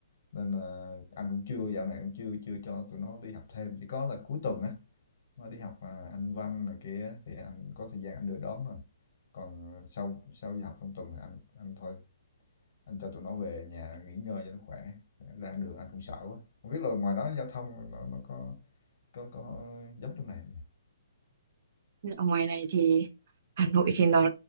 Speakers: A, on the left; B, on the right.
A: nên là anh cũng chưa dạo này cũng chưa chưa cho tụi nó đi học thêm chỉ có là cuối tuần á nó đi học, à, Anh văn này kia thì anh có thời gian anh đưa đón rồi Còn à, sau sau đi học trong tuần thì anh anh thôi, anh cho tụi nó về nhà nghỉ ngơi cho nó khỏe, ra đường anh cũng sợ quá. Hông biết là ngoài đó giao thông nó nó có có có giống trong này không nhỉ?
B: Ở ngoài này thì Hà Nội thì nó